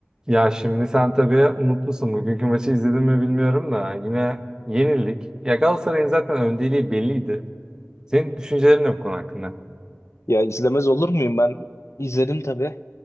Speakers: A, on the right; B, on the left.
A: Ya şimdi sen tabii mutlusun. Bugünkü maçı izledin mi bilmiyorum da yine yenildik. Ya Galatasaray'ın zaten öndeliği belliydi. Senin düşüncelerin ne bu konu hakkında?
B: Ya izlemez olur muyum ben? İzledim tabii.